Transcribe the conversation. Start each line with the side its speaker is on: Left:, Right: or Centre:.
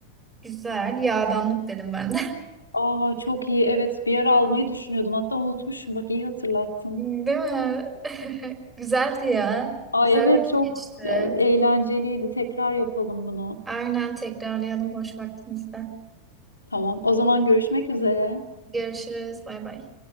Right: Güzel. Yağdanlık dedim ben de.
Left: Aa çok iyi. Evet bir ara almayı düşünüyordum. Hatta unutmuşum. Bak iyi hatırlattın.
Right: Değil mi? <laughs> Güzeldi ya.
Left: Ay
Right: Güzel
Left: evet
Right: vakit
Left: çok
Right: geçti.
Left: ya, eğlenceliydi. Tekrar yapalım bunu.
Right: Aynen tekrarlayalım boş vaktimizde.
Left: Tamam. O zaman görüşmek üzere.
Right: Görüşürüz. Bay bay.